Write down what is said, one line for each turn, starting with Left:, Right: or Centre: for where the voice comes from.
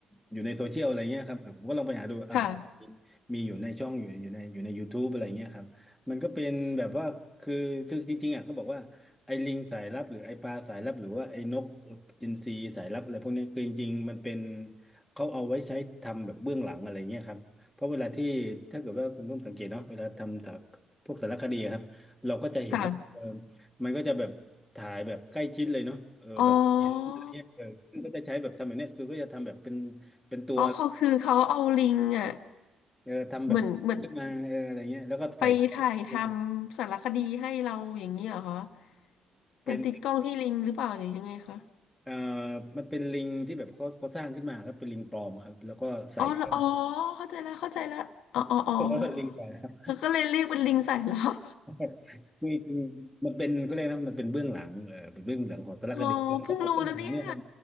Centre: อยู่ในโซเชียลอะไรเงี้ยครับเอ่อผมก็ลองไปหาดูอ้าวมีมีอยู่ในช่องอยู่อยู่ในอยู่ใน
Left: ค่ะ
Centre: YouTube อะไรเงี้ยครับมันก็เป็นแบบว่าคือคือจริงๆอ่ะก็บอกว่าไอ้ลิงสายลับหรือไอ้ปลาสายลับหรือว่าไอ้นกอินทรีสายลับอะไรพวกเนี้ยคือจริงๆมันเป็นเขาเอาไว้ใช้ทำแบบเบื้องหลังอะไรเงี้ยครับ เพราะเวลาที่ถ้าเกิดว่าคุณนุ่มสังเกตเนาะเวลาทำสารพวกสารคดีอะครับเราก็จะเห็นว่าเออ
Left: ค่ะ
Centre: มันก็จะแบบถ่ายแบบใกล้ชิดเลยเนาะเออแบบเห็นอะไรเงี้ยเออซึ่งก็จะใช้แบบทำแบบเนี้ยคือก็จะทำแบบเป็น
Left: อ๋อ
Centre: เป็นตัว
Left: อ๋อเขาคือเขาเอาลิงอ่ะ
Centre: เออทำแบบขึ้นมาเอออะไรเงี้ยแล้วก็ใส่กล้องขึ้นมา
Left: เหมือนเหมือน ไปถ่ายทำสารคดีให้เราอย่างนี้เหรอคะเหมือนติดกล้องที่ลิงหรือเปล่าหรือยังไงคะ
Centre: เป็นเอ่อมันเป็นลิงที่แบบเขาเขาสร้างขึ้นมาครับเป็นลิงปลอมครับแล้วก็ใส่กล้อง
Left: อ๋อเหรออ๋อเข้าใจแล้วเข้าใจแล้ว อ๋ออ๋ออ๋อ
Centre: <laughs> แล้วก็ลิงไปนะครับ
Left: แล้วก็เลยเรียกเป็นลิงสา <laughs> ยลับ
Centre: คือคือมันเป็นก็เขาเรียกนะมันเป็นเบื้องหลังเออเป็นเบื้องหลังของสารคดีเขาเอาเบื้องหลังเนี่ยนะ
Left: อ๋อเพิ่งรู้นะเนี่ย